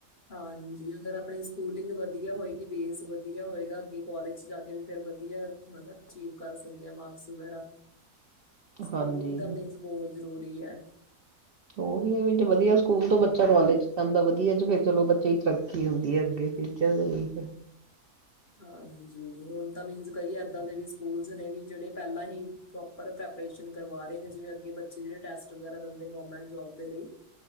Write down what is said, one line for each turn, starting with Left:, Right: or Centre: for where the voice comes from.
Left: ਹਾਂਜੀ ਅਗਰ ਅਪਣੀ ਸਕੂਲਿੰਗ ਵਧੀਆ ਹੋਏਗੀ, ਬੇਸ ਵਧੀਆ ਹੋਏਗਾ, ਅੱਗੇ ਕੋਲੇਜ ਚ ਜਾ ਕੇ ਵੀ ਫਿਰ ਵਧੀਆ ਹੈਨਾ ਅਚੀਵ ਕਰ ਸਕਦੇ ਆਂ ਮਾਰਕਸ ਵਗੈਰਾ। ਸਕੂਲਿੰਗ
Right: ਹਾਂਜੀ
Left: ਤਾਂ ਮੀਨਸ ਬੋਹੋਤ ਜ਼ਰੂਰ ਦੀ ਐ।
Right: ਔ ਹੀ ਐ ਏਡੇ ਵਧੀਆ ਸਕੂਲ ਤੋਂ ਬੱਚਾ ਕੋਲੇਜ ਚ ਪੈਂਦਾ ਵਧੀਆ ਚ ਫਿਰ ਚਲੋ ਬੱਚੇ ਦੀ ਤਰੱਕੀ ਹੁੰਦੀ ਐ ਅੱਗੇ ਫਿਊਚਰ ਦੇ ਲਈ ਫਿਰ।
Left: ਹਾਂਜੀ, ਹੁਣ ਤਾਂ ਮੀਨਸ ਕਈ ਐਦਾਂ ਦੇ ਵੀ ਸਕੂਲਸ ਨੇ ਵੀ ਜੇੜੇ ਪੈਲਾਂ ਹੀ ਪ੍ਰੋਪਰ ਪ੍ਰੈਪਰੇਸ਼ਨ ਕਰਵਾ ਰਏ ਨੇ ਜਿਵੇਂ ਅੱਗੇ ਬੱਚੇ ਜਿੜੇ ਟੈਸਟ ਵਗੈਰਾ ਦੰਦੇ ਨੇ ਗੋਰਮੈਂਟ ਜੋਬ ਦੇ ਲਈ